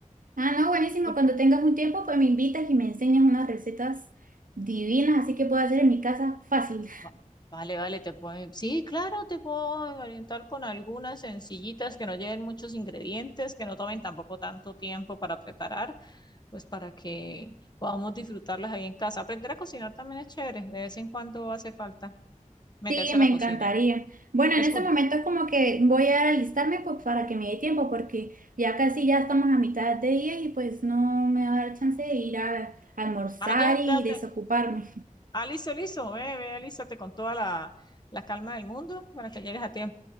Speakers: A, on the right (about 85°); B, on the left (about 30°).
A: Ah, no, buenísimo.
B: Por-
A: Cuando tengas un tiempo, pues me invitas y me enseñas unas recetas divinas, así que puedo hacer en mi casa fácil.
B: va- Vale, vale, te puedo, sí, claro, te puedo orientar con algunas sencillitas que no lleven muchos ingredientes, que no tomen tampoco tanto tiempo para preparar pues para que podamos disfrutarlas ahí en casa. Aprender a cocinar también es chévere, de vez en cuando hace falta meterse
A: Sí, me
B: a la cocina,
A: encantaría.
B: ¿no?
A: Bueno,
B: Descubrir.
A: en este momento es como que voy a alistarme pues, para que me dé tiempo, porque ya casi ya estamos a mitad de día y pues no me va a dar chance de ir a almorzar
B: Ah, ya,
A: y
B: ya
A: desocuparme.
B: te- Ah, listo, listo, ve, ve, alístate con toda la, la calma del mundo para que llegues a tiempo